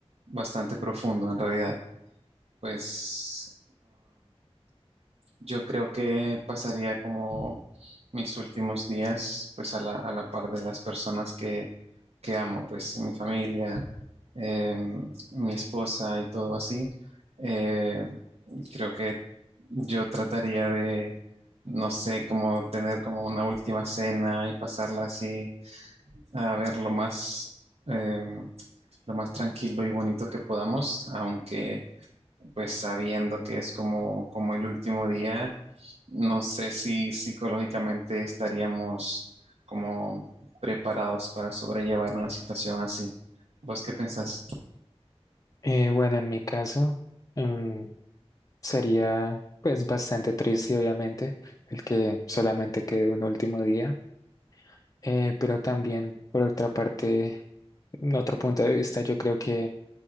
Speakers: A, on the right; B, on the left.
A: bastante profundo en realidad. Pues, Yo creo que pasaría como mis últimos días, pues a la, a la par de las personas que, que amo, pues mi familia, eh, mi esposa y todo así. Eh, creo que yo trataría de, no sé, como tener como una última cena y pasarla así a ver lo más, eh, lo más tranquilo y bonito que podamos, aunque pues sabiendo que es como, como el último día, no sé si psicológicamente estaríamos como preparados para sobrellevar una situación así. ¿Vos qué pensás?
B: Eh, bueno, en mi caso, mm, sería pues bastante triste, obviamente, el que solamente quede un último día, Eh, pero también, por otra parte, en otro punto de vista, yo creo que